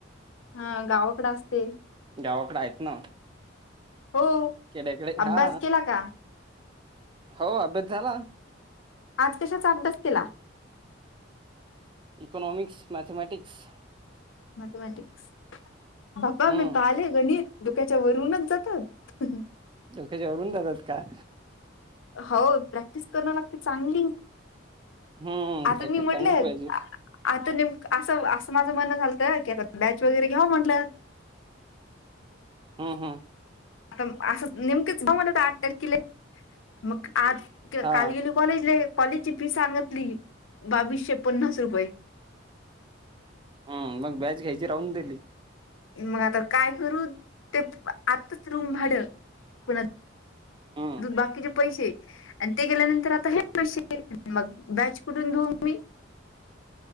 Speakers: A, on the left; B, on the right.
A: हा गावाकडे असते.
B: गावाकडं आहेतच ना.
A: हो
B: खडे्याकडे
A: अभ्यास
B: हा
A: केला का
B: हो अभ्यास झाला.
A: आज कशाच अभ्यास केला.
B: इकोनॉमिक्स मॅथमॅटिक्स
A: मॅथमॅटिक्स पपा
B: हम्म
A: मी पाहीले गणित डोक्याच्या वरूनच जातात
B: डोकच्या वरून जातात का
A: हो प्रॅक्टिस करणं लागते चांगली
B: हम्
A: आता
B: प्रॅक्टिस
A: मी म्हटलं
B: चांगली पाहिजेत.
A: आता ने असं असं माझं म्हणणं झालतं की आता बॅच वगैरे घ्याव म्हंटलं..
B: हम् हम्..
A: आता असं नेमकेच म्हण आठ तारखेला मग आज
B: हा
A: काल गेलो कॉलेजला कॉलेजची फी सांगितली बावीसशे पन्नास रुपये.
B: हम मग बॅच घ्यायची राहून दिली.
A: मग आता काय करू ते आत्ताच रूम भाड पुन
B: हम्म
A: बाकीचे पैसे आणि ते गेल्यानंतर आता हे पैसे मग बॅच कुठून घेऊ मी